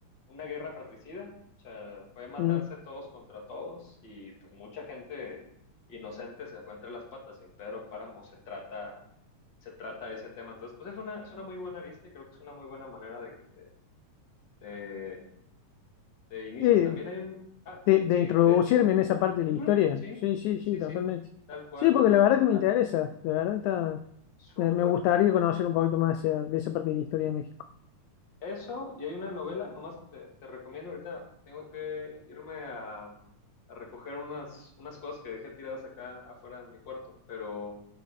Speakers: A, on the left (about 35°); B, on the left (about 80°).
A: una guerra fratricida, o sea, fue matarse
B: mm,
A: todos contra todos y pues mucha gente Inocente se fue entre las patas y en Pedro Páramo se trata, se trata ese tema. Entonces, pues es una, es una muy buena arista y creo que es una muy buena manera de que te, te, te inicies.
B: sí,
A: También hay un... Ah,
B: de, de
A: sí,
B: introducirme
A: de hecho,
B: en esa parte de
A: ujú,
B: la historia.
A: sí,
B: Sí, sí, sí,
A: sí,
B: totalmente.
A: sí, tal cual.
B: Sí, porque la verdad que me
A: Ah,
B: interesa, la verdad está...
A: súper
B: Me me gustaría conocer un poquito más de esa, de esa parte de la historia de México.
A: Eso, y hay una novela, nomás te, te recomiendo, ahorita tengo que irme a, a recoger unas, unas cosas que dejé tiradas acá afuera de mi cuarto, pero